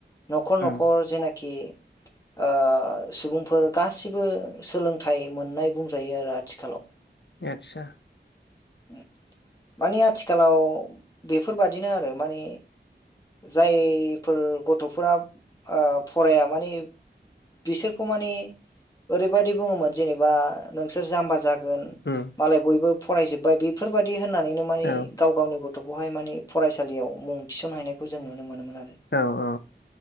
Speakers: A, on the left (about 20°); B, on the left (about 70°).
A: नखर
B: उम
A: नखर जेनाख खि ओ-सुबुंफोर गासिबो सोलोंथाइ मोननाय बुंजायो आरो आथिखालाव।
B: एतसा।
A: ओम माने आथिखालाव बेफोरबादिनो आरो माने। जायफोर गथ'फोरा ओ- फराया माने। बिसोरखौ माने ओरैबायाददि बुङोमोन जेनेबा नोंसोर जाम्बा जा गोन
B: उम
A: मालाय बयबो फरायजोबबाय बेफोरबायाददि होननानैनो मानि
B: औ
A: गाव गावनि गथ गथखौहाय माने फरायसालियाव मुं थिसनहायनायखौ जों नुनो मोनोमोन। आरो
B: औ औ औ